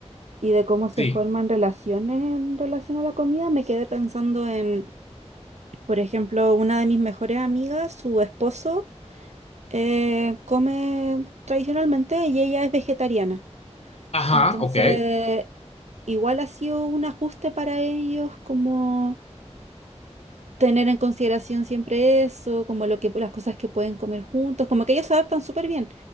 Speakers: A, on the right; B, on the left.
A: y de cómo se
B: sí.
A: forman relaciones en relación a la comida, me quedé pensando en Por ejemplo, una de mis mejores amigas, su esposo, eh, come tradicionalmente y ella es vegetariana.
B: Ajá,
A: Entonces,
B: ok.
A: igual ha sido un ajuste para ellos como tener en consideración siempre eso, como lo que, las cosas que pueden comer juntos, como que ellos se adaptan súper bien.